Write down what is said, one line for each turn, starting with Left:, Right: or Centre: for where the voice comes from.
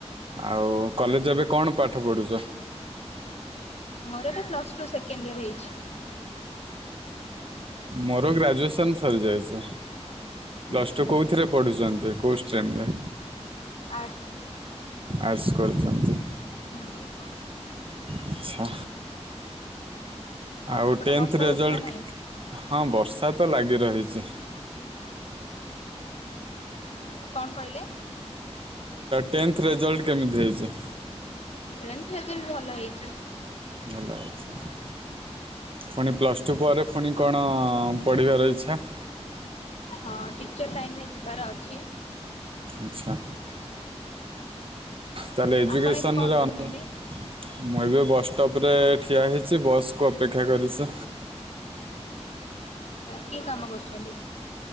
Right: ଆଉ କଲେଜ ଏବେ କଣ ପାଠ ପଢୁଚ?
Left: ମୋର ଏବେ ପ୍ଲସ ଟୁ ସେକେଣ୍ଡ ଇଅର୍ ହେଇଚି
Right: ମୋର ଗ୍ରାଜ୍ୟୁଏସନ ସରିଜାଇଚି ପ୍ଲସ
Left: ଓହୋ
Right: ଟୁ କୋଉଥିରେ ପଢୁଚନ୍ତି? କୋଉ ଷ୍ଟ୍ରୀମ୍ ରେ?
Left: ଆର୍ଟ୍ସ
Right: ଆର୍ଟ୍ସ କରୁଛନ୍ତି
Left: ହୁଁ।
Right: ଆଚ୍ଛା। ଆଉ
Left: ସେପଟେ
Right: ଟେନ୍ଥ
Left: ବର୍ଷା
Right: ରେଜଲ୍ଟ
Left: ହଉଛି ନା ନାଇଁ?
Right: ହଁ ବର୍ଷା ତ ଲାଗି ରହିଚି
Left: କଣ କହିଲେ?
Right: ଟେନ୍ଥ ରେଜଲ୍ଟ କେମିତି ହେଇଚି?
Left: ଟେନ୍ଥ ରେଜଲ୍ଟ ଭଲ ହେଇଛି।
Right: ଭଲ ହେଇଛି ଫୁଣି ପ୍ଲସ୍ ଟୁ ପରେ ଫୁଣି କଣ ପଢ଼ିବାର ଇଚ୍ଛା
Left: ହଁ ଟିଚର ଲାଇନରେ ଯିବାର ଅଛି
Right: ଆଚ୍ଛା
Left: <inaudible>
Right: ତାହଲେ ଏଜୁକସନରେ
Left: ଆପଣ ଏବେ କଣ
Right: ଅନ
Left: କରୁଛନ୍ତି?
Right: ମୁଁ ଏବେ ବସ୍ ଷ୍ଟପ ରେ ଠିଆ ହୋଇଛି ବସ୍ କୁ ଅପେକ୍ଷା କରିଛି
Left: କି କାମ କରଚନ୍ତି?